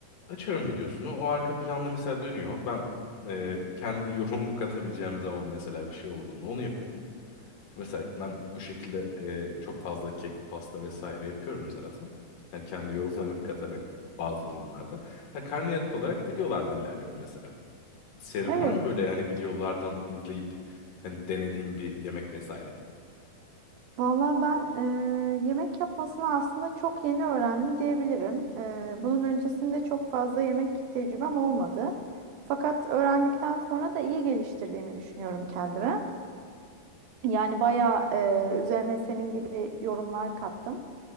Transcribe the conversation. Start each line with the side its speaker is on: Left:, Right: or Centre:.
Left: açıyorum videosunu. O arka planda mesela dönüyor. Ben e, kendi <laughs> yorumumu katabileceğim zaman mesela bir şey olduğunda onu yapıyorum. Mesela ben bu şekilde e, çok fazla kek, pasta vesaire yapıyorum zaten. Yani kendi yorumlarımı katarak bazı durumlarda. Ha, karnıyarık olarak videolardan ilerliyorum mesela. Senin
Right: Evet.
Left: var mı böyle hani videolardan izleyip hani denediğim bir yemek vesaire?
Right: Valla ben eee, yemek yapmasını aslında çok yeni öğrendim diyebilirim. Eee, bunun öncesinde çok fazla yemek tecrübem olmadı. Fakat öğrendikten sonra da iyi geliştirdiğimi düşünüyorum kendime. Yani bayağı eee, üzerine senin gibi yorumlar kattım.